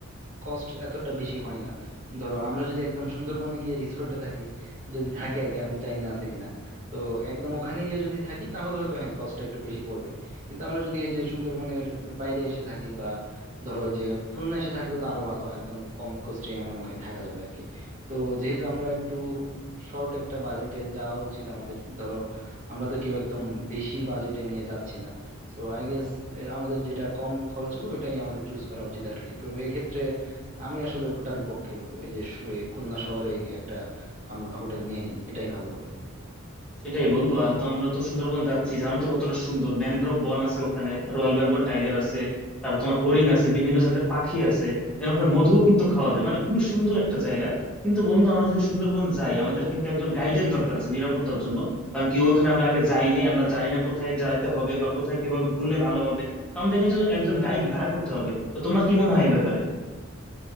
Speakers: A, on the right (about 35°); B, in the centre.
A: কস্ট এতটা বেশি হয় না ধরো আমরা যদি একদম সুন্দরবনে গিয়ে রিসোর্টে থাকি যদি থাকি আর কি আমি তো জানি না আছে কিনা তো একদম ওখানে গিয়ে যদি থাকি তাহলে হয়তো হ্যাঁ কস্টটা একটু বেশি পড়বে কিন্তু আমরা যদি এই যে সুন্দরবনের বাইরে এসে থাকি বা ধরো ওই যে খুলনা এসে থাকলে তো আরো ভালো একদম কম কস্টে আমার মনে হয় থাকা যাবে আর কি তো যেহেতু আমরা একটু শর্ট একটা বাজেটে যাওয়া উচিত আমাদের ধরো আমরা তো কেউ একদম বেশি বাজেটে নিয়ে যাচ্ছি না সো আই গেস আমাদের যেটা কম খরচ হবে ওটাই আমাদের চুজ করা উচিত আর কি তো এক্ষেত্রে আমি আসলে ওটারই পক্ষে বন্ধু এই যে শু- এই খুলনা শহরে একটা আমরা হোটেল নিয়ে নিই এটাই ভালো হবে
B: সেটাই বন্ধু আর তো আমরা তো সুন্দরবন যাচ্ছি জানো তো কতটা সুন্দর ম্যানগ্রোভ বন আছে ওখানে রয়্যাল বেঙ্গল টাইগার আছে তারপর তোমার হরিণ আছে বিভিন্ন জাতের পাখি আছে এর ওখানে মধুও কিন্তু খাওয়া যায় মানে খুবই সুন্দর একটা জায়গা কিন্তু বন্ধু আমরা যদি সুন্দরবন যাই আমাদের কিন্তু একজন গাইডের দরকার আছে নিরাপত্তার জন্য কারণ কি ওখানে আমরা আগে যাইনি আমরা জানি না কোথায় যাইতে হবে বা কোথায় কিভাবে ঘুরলে ভালো হবে তো আমাদের কিন্তু একজন গাইড ভাড়া করতে হবে তো তোমার কি মনে হয় এ ব্যাপারে